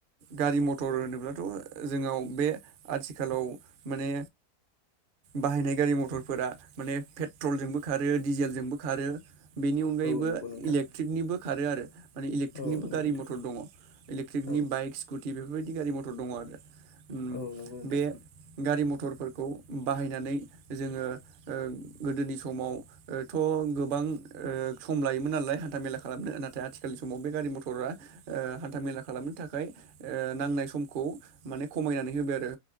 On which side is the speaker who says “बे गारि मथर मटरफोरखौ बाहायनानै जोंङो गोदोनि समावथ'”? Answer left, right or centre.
Right